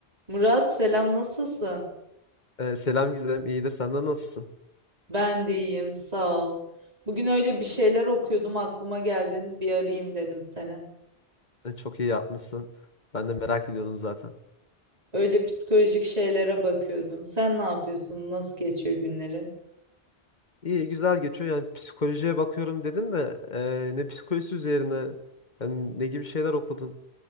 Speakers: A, on the right; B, on the left.
A: Murat selam nasılsın?
B: Ee, selam Gizem, iyidir. Senden nasılsın?
A: Ben de iyiyim sağ ol. Bugün öyle bir şeyler okuyordum aklıma geldin bir arayayım dedim seni.
B: Ee, çok iyi yapmışsın. Ben de merak ediyordum zaten.
A: Öyle psikolojik şeylere bakıyordum. Sen ne yapıyorsun? Nasıl geçiyor günlerin?
B: İyi, güzel geçiyor. Yani psikolojiye bakıyorum dedin de e, ne psikolojisi üzerine, yani ne gibi şeyler okudun?